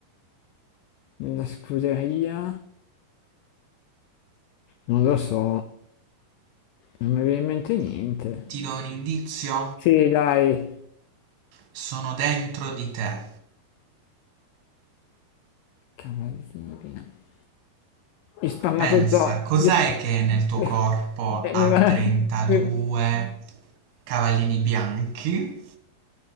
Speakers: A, on the left; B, on the right.
A: Nella scuderia? Non lo so. Non mi viene in mente niente.
B: Ti do un indizio?
A: Sì, dai.
B: Sono dentro di te.
A: Cavallini bianchi. gli spermatozoi,
B: Pensa, cos'è
A: gli sp-
B: che nel tuo
A: <laughs>
B: corpo
A: e
B: ha
A: mi va-
B: 32
A: <laughs> mi-
B: cavallini bianchi?